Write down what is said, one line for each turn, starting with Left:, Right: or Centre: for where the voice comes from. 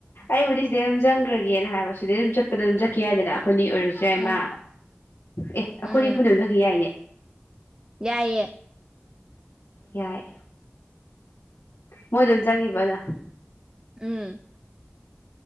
Left: ꯑꯩꯕꯨꯗꯤ ꯁꯤꯗꯩ ꯑꯗꯨꯝ ꯆꯪꯈ꯭ꯔꯒꯦꯅ ꯍꯥꯏꯕ ꯁꯤꯗꯩ ꯑꯗꯨꯝ ꯆꯠꯄꯗ ꯑꯗꯨꯝ ꯆꯠꯈꯤ ꯍꯥꯏꯗꯅ ꯑꯩꯈꯣꯏꯅꯤ ꯑꯣꯏꯔꯁꯨ ꯌꯥꯏꯃ
Right: ꯎꯝ
Left: ꯑꯦ ꯑꯩꯈꯣꯏꯅꯤ
Right: ꯎꯝ
Left: ꯄꯨꯟꯅ ꯆꯈꯤ ꯌꯥꯏꯅꯦ
Right: ꯌꯥꯏꯌꯦ
Left: ꯌꯥꯏ ꯃꯣꯏ ꯑꯗꯨꯝ ꯆꯪꯉꯤꯕꯗ
Right: ꯎꯝ